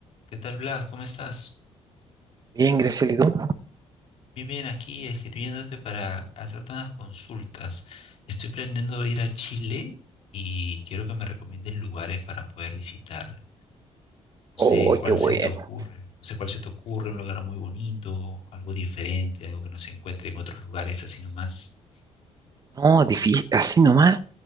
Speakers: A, on the left; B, on the right.
A: ¿Qué tal, Blas? ¿Cómo estás?
B: Bien, Graciela, ¿y tú?
A: Bien, bien, aquí escribiéndote para hacerte unas consultas. Estoy planeando ir a Chile y quiero que me recomiendes lugares para poder visitar. No
B: Oh,
A: sé cuál
B: qué bueno.
A: se te ocurre, no sé cuál se te ocurre, un lugar muy bonito, algo diferente, algo que no se encuentre en otros lugares así nomás.
B: No, difícil, así nomás,